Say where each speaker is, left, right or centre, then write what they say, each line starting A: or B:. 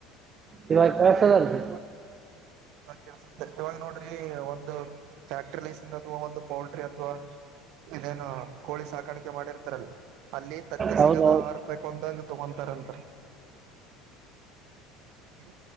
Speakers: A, on the right; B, on the right.
A: ಇವಾಗ ಕೆಸರ್ದು
B: ಇಾಗ ಕೆಲಸ ಇವಾಗ ನೋಡ್ರ ಒಂದು ಫ್ಯಾಕ್ಟ್ರಿ ಲಸ ಅಥವಾ ಒಂದು ಪೋಲ್ಟ್ರಿ ಅಥವಾ ಇದೇನ ಕೋಳಿ ಸಾಕಾಣಿಕೆ ಮಾಡಿರ್ತಾರಲ್ ಅಲ್ಲಿ ತತ್ತೆ
A: ಹೌದು
B: ಸಿಗೋದ
A: ಹೌದು
B: ಆರು ರೂಪಾಯಿ ಕೊಂಡೊಂದು. ತಗೊಂತರಂತ. <unintelligible>